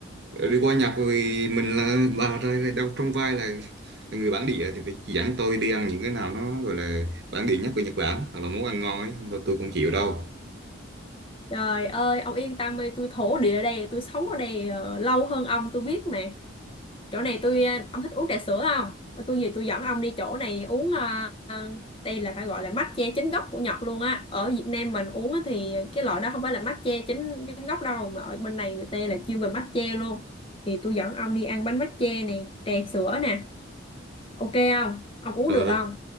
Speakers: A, on the right; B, on the left.
A: đi qua Nhật thì mình là bà ra là đâu trong vai là, là người bản địa thì phải chỉ dẫn tôi đi ăn những cái nào nó gọi là bản địa nhất của Nhật Bản hoặc là món ăn ngon ấy. Mà Tôi cũng chịu đâu.
B: trời ơi ông yên tâm đi tôi thổ địa ở đây tôi sống ở đây ờ, lâu hơn ông tôi biết mà chỗ này tôi ờ, ông thích uống trà sữa không Ờ, tôi gì tôi dẫn ông đi chỗ này uống ờ, ờ, đây là phải gọi là matcha chính gốc của Nhật luôn á ở Việt Nam mình uống á thì cái loại đó không phải là matcha chính chính gốc đâu mà ở bên này người ta là chuyên về matcha luôn thì tôi dẫn ông đi ăn bánh matcha nè trà sữa nè ok không ông uống
A: Rồi
B: được không